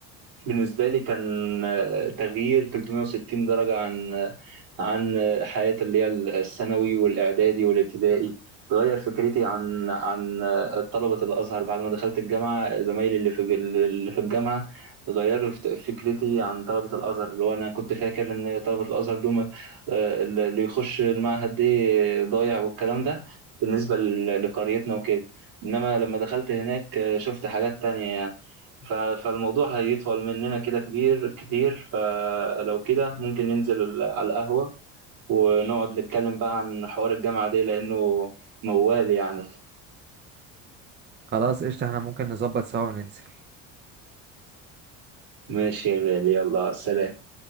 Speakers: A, on the right; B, on the right.
A: بالنسبة لي كان آه، تغيير 360 درجة عن آه، عن آه، حياتي اللي هي الثانوي والإعدادي والابتدائي غير فكرتي عن عن آه، طلبة الأزهر بعد ما دخلت الجامعة زمايلي اللي في اللي في الجامعة غيروا فت- فكرتي عن طلبة الأزهر اللي هو أنا كنت فاكر إن طلبة الأزهر دول آه، اللي يخش المعهد دي ضايع والكلام ده بالنسبة ل- لقريتنا وكده إنما لما دخلت هناك آه، شفت حاجات تانية يعني. ف- فالموضوع هيطول مننا كده كبير كتير فلو كده ممكن ننزل على القهوة ونقعد نتكلم بقى عن حوار الجامعة دي لأنه موال يعني
B: خلاص قشطه احنا ممكن نظبط سوا وننزل
A: ماشي يا غالي يلا سلام